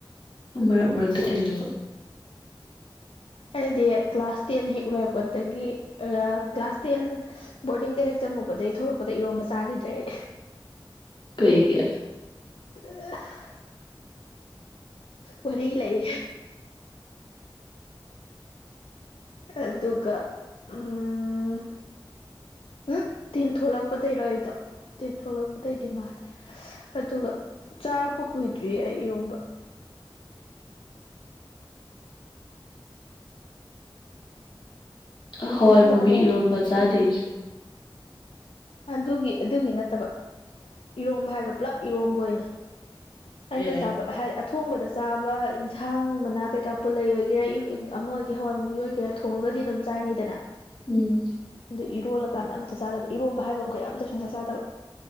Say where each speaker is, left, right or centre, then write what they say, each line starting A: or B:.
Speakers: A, on the left; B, on the left.
A: ꯃꯔꯛ ꯃꯔꯛꯇ ꯊꯦꯡꯅꯕ
B: ꯍꯥꯏꯗꯤ ꯀ꯭ꯂꯥꯁ ꯇꯦꯟ ꯍꯦꯛ ꯂꯣꯏꯔꯛꯄꯗꯒꯤ ꯑ ꯀ꯭ꯂꯥꯁ ꯇꯦꯟ ꯕꯣꯔꯗꯤꯡꯗ ꯍꯦꯛ ꯆꯪꯉꯨꯕꯗꯩ ꯊꯣꯛꯂꯛꯄꯗ ꯏꯔꯣꯝꯕ ꯆꯥꯒꯤꯗ꯭ꯔꯦ ꯑꯩ
A: ꯀꯩꯒꯤ
B: ꯗꯦ ꯋꯥꯔꯤ ꯂꯩ ꯑꯗꯨꯒ ꯎꯝ ꯍꯨꯡ ꯇꯦꯟ ꯊꯣꯛꯂꯛꯄꯗꯩꯔꯣ ꯑꯩꯗꯣ ꯇꯦꯟ ꯊꯣꯛꯂꯛꯄꯗꯩꯗꯤ ꯃꯥꯜꯂꯦ ꯑꯗꯨꯒ ꯆꯥꯔꯛꯄ ꯀꯨꯏꯗ꯭ꯔꯤꯌꯦ ꯑꯩ ꯏꯔꯣꯝꯕ
A: ꯑ ꯍꯋꯥꯏ
B: ꯑꯗꯣ
A: ꯃꯨꯕꯤ
B: ꯑꯃꯨꯛ
A: ꯏꯔꯣꯟꯕ ꯆꯥꯗꯦ ꯑꯩꯁꯨ
B: ꯑꯗꯨꯒꯤ ꯑꯗꯨꯒꯤ ꯅꯠꯇꯕ ꯏꯔꯣꯝꯕ ꯍꯥꯏꯔꯒ ꯄꯨꯂꯞ ꯏꯔꯣꯝꯕ ꯑꯣꯏꯅ ꯑꯩꯅ
A: ꯑꯦ
B: ꯆꯥꯕ ꯍꯥꯏ ꯑꯊꯣꯡꯕꯗ ꯆꯥꯕ ꯏꯟꯁꯥꯡ ꯃꯅꯥ ꯀꯩꯀꯥ ꯄꯨꯜꯂꯩ ꯑꯣꯏꯒꯦꯔꯥ ꯏꯔ ꯏꯪ ꯑꯃ ꯑꯣꯏꯒꯦ ꯍꯋꯥꯏ ꯃꯨꯕꯤ ꯑꯣꯏ ꯒꯦꯔꯥ ꯊꯣꯡꯉꯒꯗꯤ ꯑꯗꯨꯝ ꯆꯥꯏꯅꯤꯗꯅ
A: ꯎꯝ
B: ꯑꯗꯨ ꯏꯔꯣꯜꯂꯀꯥꯟꯗ ꯑꯝꯇ ꯆꯥꯗꯕ ꯏꯔꯣꯝꯕ ꯍꯥꯏꯕ ꯃꯈꯩ ꯑꯝꯇ ꯁꯨꯡꯆꯥ ꯆꯥꯗꯕ